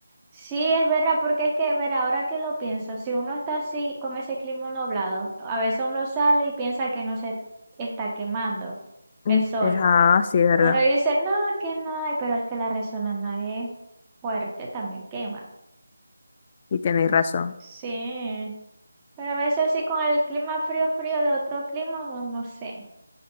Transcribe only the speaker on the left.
Mm,
Ajá, sí, es verdad.
Y tenéis razón,